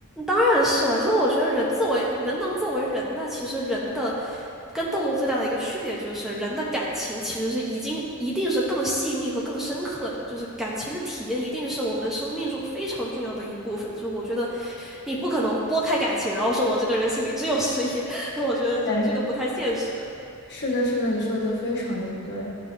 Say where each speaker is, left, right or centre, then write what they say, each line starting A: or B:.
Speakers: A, in the centre; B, on the left.
A: 当然是了。其实我觉得人作为人能作为人，那其实人的跟动物最大的一个区别就是，人的感情其实是已经一定是更细腻和更深刻的，就是感情的体验一定是我们生命中非常重要的一部分。就是我觉得，你不可能拨开感情，然后说我这个人心里只有事业，<laughs> 那我觉得这这个不太现实。
B: 对，是的，是的，你说的非常的对。